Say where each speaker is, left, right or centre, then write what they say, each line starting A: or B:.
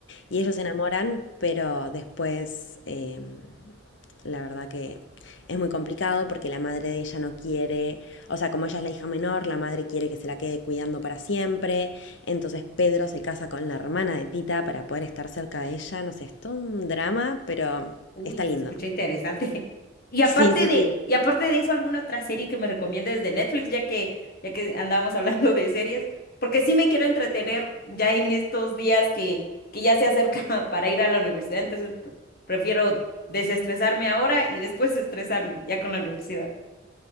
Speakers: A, on the left; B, on the left.
A: Y ellos se enamoran, pero después eh, la verdad que es muy complicado porque la madre de ella no quiere, o sea, como ella es la hija menor, la madre quiere que se la quede cuidando para siempre. Entonces Pedro se casa con la hermana de Tita para poder estar cerca de ella. No sé, es todo un drama, pero
B: Uy,
A: está lindo.
B: se escucha interesante. <laughs> Y aparte
A: Sí, sí,
B: de,
A: sí.
B: y aparte de eso, ¿alguna otra serie que me recomiendes de Netflix, ya que, ya que andábamos <laughs> hablando de series? Porque sí me quiero entretener ya en estos días que, que ya se acerca <laughs> para ir a la universidad, entonces pre- prefiero desestresarme ahora y después <laughs> estresarme ya con la universidad.